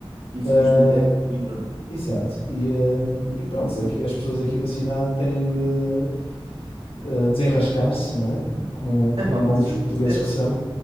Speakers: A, on the right; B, on the left.
A: Infelizmente
B: Uh,
A: é a realidade.
B: exato, e, um, e pronto, aqui, as pessoas aqui da cidade têm de uh, desenrascar-se, não é? Como, como
A: Epá,
B: bons
A: mas isso
B: portugueses
A: é,
B: que são.